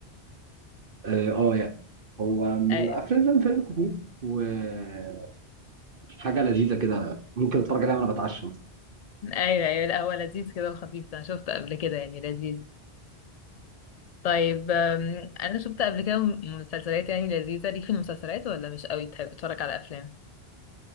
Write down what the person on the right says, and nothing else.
اه آه، يعني هو من
الافلام فيلم فيلم خفيف وحاجه لذيذه كده ممكن اتفرج عليها وانا بتعشى مثلا